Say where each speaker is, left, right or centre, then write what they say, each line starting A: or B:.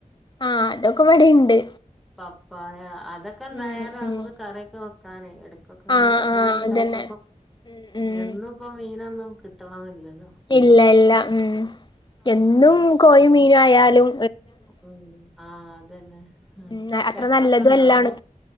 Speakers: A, on the left (about 30°); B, in the centre.
A: ആഹ് അതൊക്കെ ഇവിടെണ്ട്
B: പപ്പായ അതൊക്കെ ഉണ്ടായാല
A: ഉം ഉം
B: നമുക്ക് കറിക്കെ നോക്കാനെ എടു- ങ്ങനെ
A: ആഹ് ആഹ്
B: ഒന്നുംല്ലാത്ത
A: അതന്നെ ഉം ഉം
B: എന്നും ഇപ്പ മീനന്നും കിട്ടണമെന്നില്ല.
A: ഇല്ല ഇല്ല ഉം
B: ആഹ്
A: എന്നും കോയി മീ- ആയാലും
B: ഉം! ആഹ അതന്നെ. ഉം
A: ഉ അത്ര
B: ചക്കൊക്കെ
A: നല്ലത
B: ഉണ്ടോ
A: വല്ലാണ്
B: അവിടെ